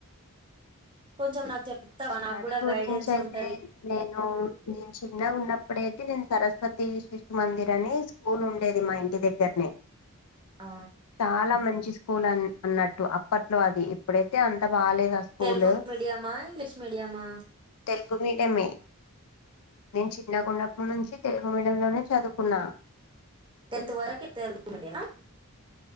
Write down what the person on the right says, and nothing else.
కొంచం నాకు చెప్తావా
నాకు
గైడెన్స్
ఉంటది
ఆ
తెలుగు మీడియమా ఇంగ్లీష్ మీడియామా
టెన్త్ వరకే తెలుగు మీడియం